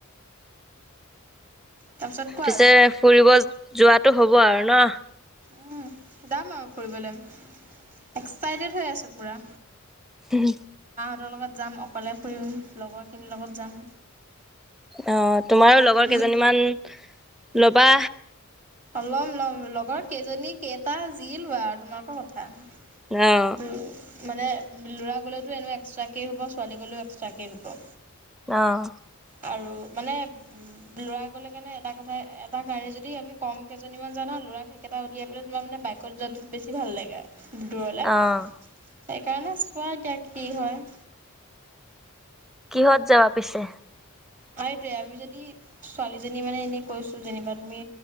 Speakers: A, on the right; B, in the centre.
A: তাৰপিছত কোৱা
B: পিছে
A: আৰু
B: ফুৰিব যোৱাটো হ'ব হব আৰু ন
A: উম। যাম আৰু ফুৰিবলৈ, এক্সাইটেড হৈ আছোঁ। খোৰা
B: হম।
A: তহঁতৰ লগত যাম অকলে ফুৰিম, লগৰখিনিৰ লগত যাম।
B: অঁ তোমাৰো লগৰ কেইজনীমান
A: গোট
B: ল'বা।
A: ল'ম ল'ম লগৰ কেইজনী কেইটা, যি লোৱা আৰু, তোমালোকৰ কথা। উম,
B: অ'
A: মানে ল'ৰা গ'লেতো এনেও এক্সট্ৰাকৈেই হ'ব, ছোৱালী গ'লেও এক্সট্ৰাকৈেই হ'ব।
B: আহ
A: আৰু মানে ল'ৰা গ'লে কাৰণে এটা কথা এটা কাৰণে যদি আমি কম কেইজনীমান যাও ন ল'ৰাক সেইকেইটা উলিয়াই পেলাই তোমাৰ মানে বাইকত যোৱাটো বেছি ভাল লাগে। দূৰলে
B: অ'
A: সেইকাৰণে চোৱা এতিয়া কি হয়
B: কিহত যাবা পিছে?
A: হয় যে আমি যদি ছোৱালীজনী মানে এনে কৈছো যেনিবা তুমি